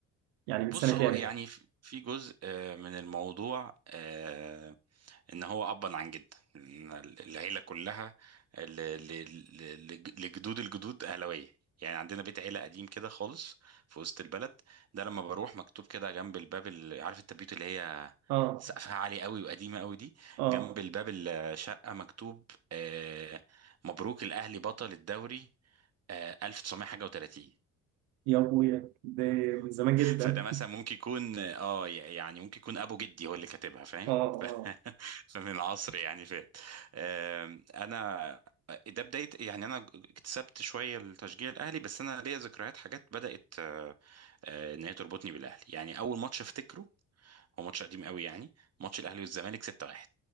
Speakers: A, on the right; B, on the right.
A: يعني من
B: بص
A: سنة
B: هو
A: كام؟
B: يعني في في جزء آه، من الموضوع آه، ان هو ابا عن جد إن العيله كلها ل- ل- ل- ل- لجدود الجدود اهلاويه يعني عندنا بيت عيله قديم كده خالص في وسط البلد ده لما بروح مكتوب كده جنب الباب ال- عارف التبيوت اللي هي
A: اه
B: سقفها عالي قوي وقديمه قوي دي
A: اه
B: جنب الباب الشقه مكتوب آه، مبروك الاهلي بطل الدوري آه، 1900 حاجة و30
A: يا ابويا ده من زمان جدا
B: فده مثلا ممكن يكون اه ي- يعني ممكن يكون ابو جدي هو اللي كاتبها فاهم
A: <laughs> اه اه
B: ف- <laughs> فمن عصر يعني فات آم، انا ده بداية يعني انا اكتسبت شوية التشجيع الاهلي بس انا ليا ذكريات حاجات بدأت آه، آه، ان هي تربطني بالاهلي يعني اول ماتش افتكره هو ماتش قديم قوي يعني ماتش الاهلي والزمالك 6-1